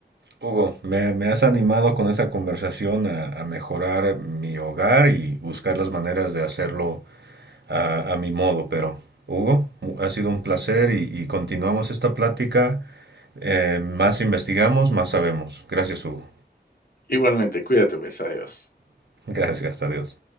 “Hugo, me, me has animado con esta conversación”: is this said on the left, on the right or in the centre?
Right